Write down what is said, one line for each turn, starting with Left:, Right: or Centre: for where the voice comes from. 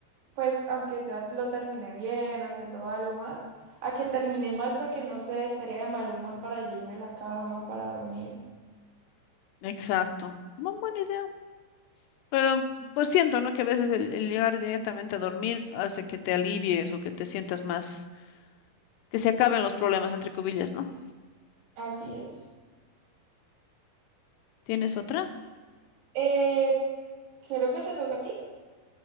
Right: pues aunque sea lo terminé bien, haciendo algo más, a que termine mal porque no sé, estaría de mal humor para ya irme a la cama, para dormir.
Left: Exacto. Bu- buena idea. Pero pues siento, ¿no? Que a veces el, el llegar directamente a dormir hace que te alivies o que te sientas más, que se acaben los problemas, entre comillas, ¿no?
Right: Así es.
Left: ¿Tienes otra?
Right: Eh, creo que te toca a ti.